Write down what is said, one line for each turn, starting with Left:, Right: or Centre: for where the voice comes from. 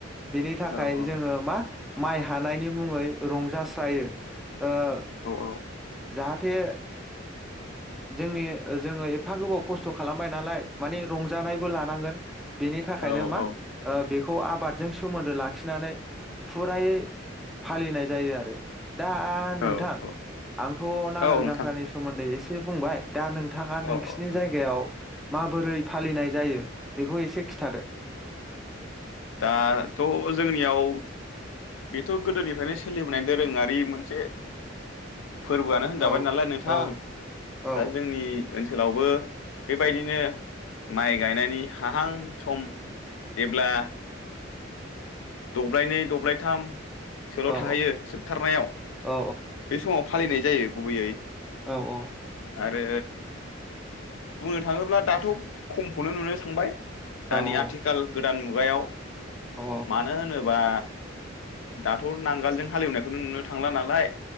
Centre: बेनि थाखाय
Left: औ
Centre: जोङो मा माइ हानायनि मुङै रंजास्रायो । ओ
Left: औ
Centre: जाहाथ दो जोंनि जोङो एफा गोबाव खस्थ' खालामबाय नालाय मानि रंजानायबो लानांगोन । बेनि थाखायनो
Left: औ
Centre: मा
Left: औ
Centre: ओ बे खौ आबादजों सोमोन्दो लाखिनानै फुरायै फालिनाय जायो आरो दा
Left: औ
Centre: नोंथां
Left: औ
Centre: आंथ' नांगाल
Left: औ नोंथां
Centre: जांख्रानि सोमोन्दै एसे से बुंबाय दा नोंथाङा
Left: औ
Centre: नोंसिनि
Left: औ नोंथां
Centre: जायगायाव माबोरै फालिनाय जायो बेखौ एसे खिथादो
Left: दाथ' जोंनियाव बेथ' गोदोनिफ्रायनो सोलिबोनाय दोरोङारि मोनसे फोरबोआनो होनजाबाय
Centre: औ
Left: नालाय नोंथां
Centre: औ औ
Left: दा जोंनि ओनसोलावबो बेबायदिनो माइ गायनायनि हाहां सम जेब्ला दब्लायनै दब्लायथाम सोल'
Centre: औ
Left: थाहैयो जोबथारनायाव
Centre: औ
Left: बे समाव फालिनाय जायो गुबैयै ।
Centre: औ औ
Left: आरो बुंनो थाङोब्ला दाथ' खमखौनो नुनो थांबाय
Centre: औ
Left: दानि आथिखाल गोदान मुग गायाव
Centre: औ
Left: मानो होनो बा दाथ' नांगोलजों हालेवनायखौनो नुनो थांला नालाय